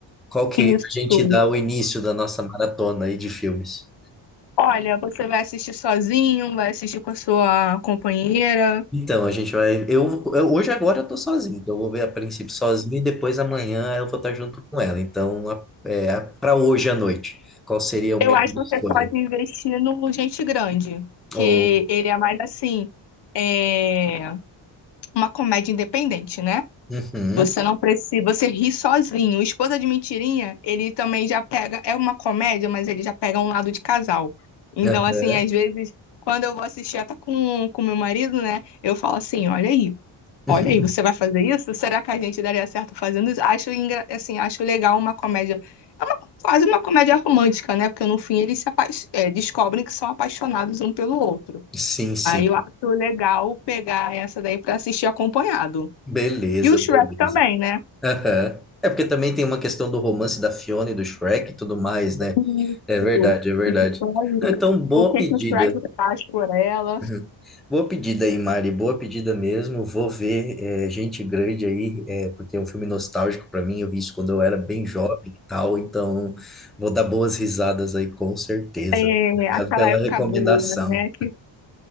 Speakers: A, in the centre; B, on the left.
A: Qual que
B: Isso.
A: a gente dá o início da nossa maratona aí de filmes?
B: Olha, você vai assistir sozinho, vai assistir com a sua companheira.
A: Então, a gente vai. Eu, eu- hoje agora eu tô sozinho, então eu vou ver a princípio sozinho e depois amanhã eu vou estar junto com ela. Então, a- é, a- pra hoje à noite, qual seria a melhor
B: Eu acho que
A: escolha?
B: você pode investir no Gente Grande, que
A: Ou.
B: ele é mais assim, é uma comédia independente, né?
A: Uhum,
B: Você não precisa, você ri sozinho. O Esposa de Mentirinha, ele também já pega, é uma comédia, mas ele já pega um lado de casal. Então,
A: aham.
B: assim, às vezes, quando eu vou assistir até com com meu marido, né? Eu falo assim, olha aí.
A: <laughs>
B: Olha aí, você vai fazer isso? Será que a gente daria certo fazendo isso? Acho, engra- assim, acho legal uma comédia. É uma, quase uma comédia romântica, né? Porque no fim eles se apa- é, descobrem que são apaixonados um pelo outro.
A: Sim, sim.
B: Aí eu acho legal pegar essa daí para assistir acompanhado.
A: Beleza,
B: E o Shrek
A: beleza.
B: também, né?
A: Aham. É porque também tem uma questão do romance da Fiona e do Shrek e tudo mais, né?
B: Isso.
A: É verdade, é verdade.
B: Isso aí.
A: Não, Então, boa
B: O que
A: pedida.
B: que o Shrek faz por ela?
A: Uhum. Boa pedida aí, Mari. Boa pedida mesmo. Vou ver é, Gente Grande aí, é, porque é um filme nostálgico para mim. Eu vi isso quando eu era bem jovem e tal. Então, vou dar boas risadas aí, com certeza.
B: É,
A: Obrigado
B: aquela
A: pela
B: época
A: recomendação.
B: boa, né? Que